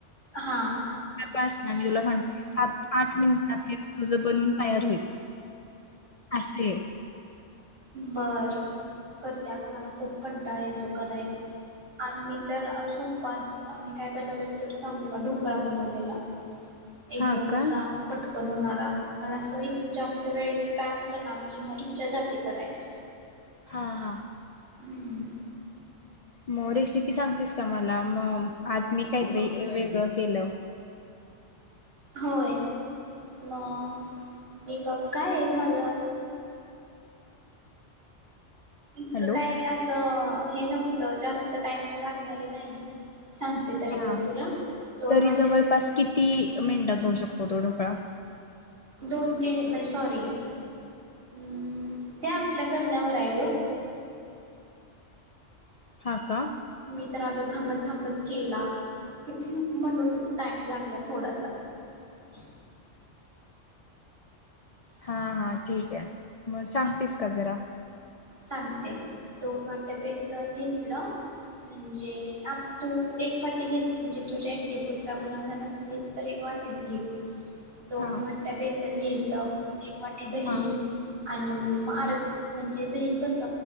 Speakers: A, on the right; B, on the left.
A: हा
B: उपास ना मी तुला सांगतो सात आठ मिनिटात हे तुझ बनून तयार होईल असय
A: बर करते अगं मला खूप कंटाळा येतो करायला आम्ही तर सोपपाच मी काय बनवलेलं तुला सांगू का ढोकळा बनवलेला एकदम
B: हा का
A: असा पटकन तोण होणारा मला अस ही जास्त वेळेच काय असतं ना की म इच्छा जाती कराया
B: हा हा
A: हुं!
B: म रेसिपी सांगतेस का मला म आज मी काहीतरी वेगळं केलं.
A: होय! मग मी बघ काय हेत माझ. इतकं
B: हॅलो
A: काय असंअ नव्हतं जास्त टाईम लागणारे नाही. सांगते तरी
B: हा
A: पण तुला दोन
B: तरी
A: वाट्या
B: जवळपास किती मिनटात. होऊ शकतो तो ढोकळा?
A: दोन तीन म्हणजे सॉ री हुं ते आपल्या करण्यावर आहे ग.
B: हा का!
A: मी तर अगं थांबत, थांबत केला. म्हणून टाईम लागला थोडासा. <inaudible>
B: हा हा ठीक आहे, मग सांगतीस का जरा
A: सांगते दोन वाट्या बेस घेतलं म्हणजे आप तू एक वाटी घेतली म्हणजे, तुझ्या एकटी पुरता बनवणार असलीस तर एक वाटीच घे. दोन
B: हा
A: वाट्या बेसन घ्यायचं एक वाटी दही
B: हा
A: आणि मार म्हणजे दही कस